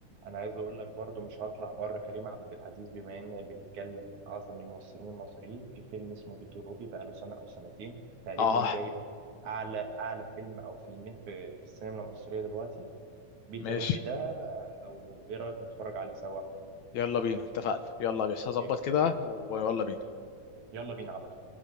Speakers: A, on the right; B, on the left.
A: انا عايز اقول لك برضو مش هطلع بره كريم عبد العزيز بما اننا بنتكلم من اعظم الممثلين المصريين في فيلم اسمه بيت روبي بقاله سنه او سنتين تقريبا
B: اه
A: جايب اعلى اعلى فيلم او فيلمين في, في السينما المصريه دلوقتي بيت
B: ماشي
A: الروبي ده لو ايه رايك نتفرج عليه سوا
B: يلا بينا اتفقنا يلا يا باشا هظبط
A: ي-
B: كده ويلا بينا
A: يلا بينا على طول